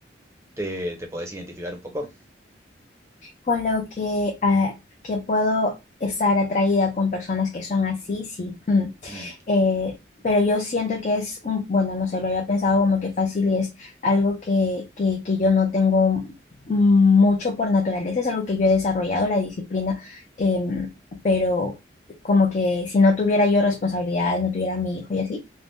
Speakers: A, on the right; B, on the left.
A: ¿Te, te podés identificar un poco?
B: con lo que, ah, que puedo estar atraída con personas que son así, sí. mm.
A: Mm,
B: Eh, pero yo siento que es un, bueno, no sé, lo había pensado como que fácil y es algo que, que, que yo no tengo mucho por naturaleza, es algo que yo he desarrollado, la disciplina, em, pero como que si no tuviera yo responsabilidades, no tuviera a mi hijo y así,